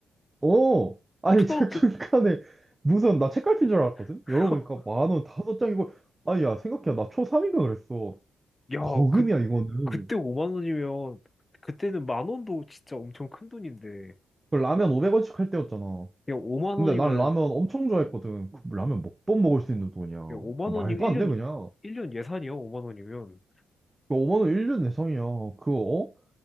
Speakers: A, on the right; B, on the left.
A: 어, 아니
B: 초등학교,
A: <laughs> 책 중간에 무슨 나 책갈피인 줄 알았거든.
B: <laughs>
A: 열어보니까 만원 다섯 장이고 아니 야 생각해 나 초삼인가 그랬어.
B: 야,
A: 거금이야
B: 그,
A: 이거는.
B: 그때 5만 원이면, 그때는 만 원도 진짜 엄청 큰 돈인데,
A: 그 라면 500원씩 할 때였잖아.
B: 야, 5만
A: 근데
B: 원이면
A: 난 라면 엄청 좋아했거든. 그 라면 몇 번 먹을 수 있는 돈이야.
B: 야, 5만
A: 말도
B: 원이면 1년,
A: 안 돼, 그냥.
B: 일년 예산이야, 5만 원이면.
A: 그 5만 원 1년 내성이야. 그거, 어?